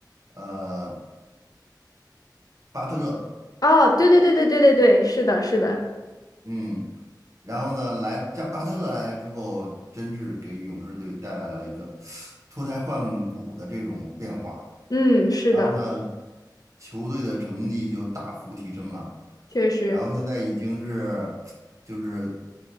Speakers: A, on the right; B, on the left.
A: 呃巴特勒。
B: 哦，对对对对对对对，是的，是的，
A: 嗯，然后呢，来加巴特勒来之后，真是给勇士队带来了一个脱胎换骨的这种变化。
B: 嗯，是的。
A: 然后呢，球队的成绩就大幅提升了。
B: 确实，
A: 然后现在已经是 <tsk> 就是